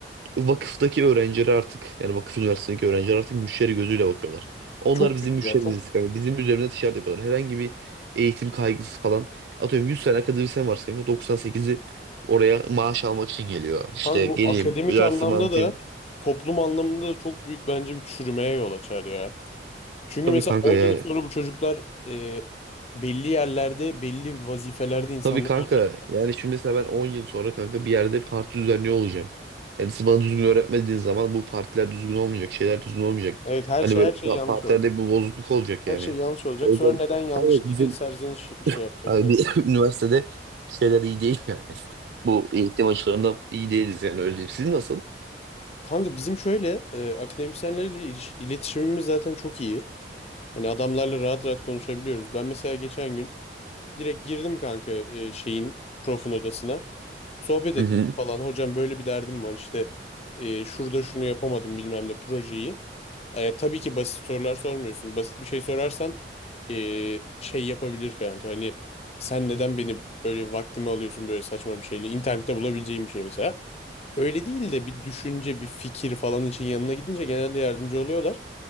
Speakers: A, on the right; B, on the left.
A: vakıftaki öğrenciler artık yani vakıf üniversitesindeki öğrenciler artık müşteri gözüyle bakıyorlar. Onlar
B: Çok
A: bizim
B: kötü
A: müşterimiz.
B: ya. Çok
A: yani Bizim üzerinde ticaret yapıyorlar. Herhangi bir eğitim kaygısı falan. Atıyorum 100 tane akademisyen varsa kanka, doksan sekizi oraya maaş almak için geliyor. İşte
B: kanka bu
A: geleyim,
B: akademik
A: üniversite
B: anlamda
A: mantığım.
B: da toplum anlamında da çok büyük bence bir çürümeye yol açar ya. Çünkü
A: Tabii
B: mesela
A: kanka
B: 10
A: yani.
B: yıl sonra bu çocuklar e, belli yerlerde, belli vazifelerde insanlar
A: Tabii kanka
B: olacak.
A: yani şimdi mesela ben 10 yıl sonra kanka bir yerde parti düzenliyor olacağım. Yani siz bana düzgün öğretmediğiniz zaman bu partiler düzgün olmayacak, şeyler düzgün olmayacak.
B: Evet her
A: Hani
B: şey
A: böyle
B: her
A: pa-
B: şey yanlış
A: partilerde
B: olacak.
A: bir bozukluk olacak
B: Her
A: yani.
B: şey yanlış olacak.
A: O yüzden
B: Sonra neden yanlış
A: Hayır, bizim
B: diye serzeniş şey yapacaklar.
A: Abi bir <laughs> üniversitede şeyler iyi değil yani. Bu eğitim açılarında iyi değiliz yani öyle diyeyim. Sizin nasıl?
B: Kanka bizim şöyle e, akademisyenlerle iliş- iletişimimiz zaten çok iyi. Hani adamlarla rahat rahat konuşabiliyoruz. Ben mesela geçen gün direkt girdim kanka e, şeyin profun odasına. Sohbet ettim
A: Hı hı.
B: falan. Hocam böyle bir derdim var işte e, şurada şunu yapamadım bilmem ne projeyi. E, tabii ki basit sorular sormuyorsun. Basit bir şey sorarsan e, şey yapabilir kanka. Hani sen neden beni böyle vaktimi alıyorsun böyle saçma bir şeyle? İnternette bulabileceğim bir şey mesela. Öyle değil de bir düşünce, bir fikir falan için yanına gidince genelde yardımcı oluyorlar.